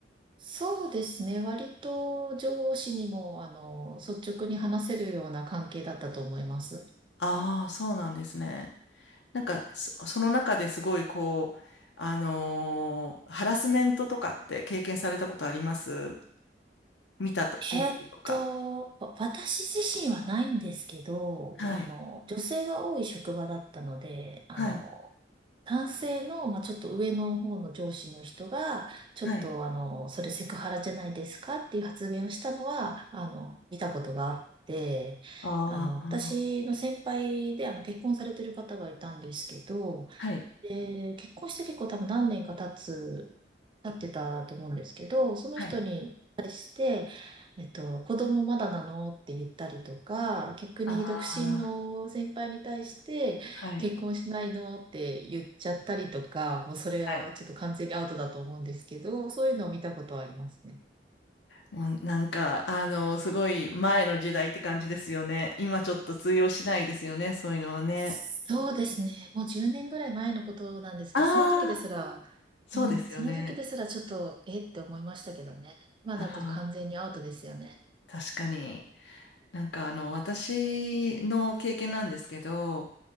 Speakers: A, on the right (about 30°); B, on the left (about 85°).
A: そうですね。割と上司にも、あの、率直に話せるような関係だったと思います。
B: ああー、そうなんですね。なんか、そ、その中ですごいこう、あのーハラスメントとかって経験されたことあります見たと、見たりとか。
A: えーっと、わ私自身はないんですけど、
B: はい。
A: あの、女性が多い職場だったので、あの、
B: はい。
A: 男性の、まあ、ちょっと上の方の上司の人が、ちょっとあの、
B: はい。
A: それセクハラじゃないですかっていう発言をしたのは、あの、見たことがあって、
B: ああ、
A: あの、私の先輩であの、結婚されてる方がいたんですけど、
B: はい。
A: で、結婚して結構多分何年か経つ、経ってたと思うんですけど、その人に対して、
B: はい。
A: えっと、子供まだなのって言ったりとか、逆に独身の先輩に対して、
B: ああ、はい。
A: 結婚しないのって言っちゃったりとか、もうそれはちょっと完全にアウトだと思うんですけど、
B: はい。
A: そういうのを見たことはありますね。
B: もうなんか、あの、すごい前の時代って感じですよね。今ちょっと通用しないですよね、そういうのはね。
A: そうですね。もう10年ぐらい前のことなんですけど、
B: ああ、
A: その時ですら、
B: そうですよね。
A: うん、その時ですらちょっと、えって思いましたけどね。今だと完全にアウトですよね。
B: ああ、確かに。なんかあの、私の経験なんですけど、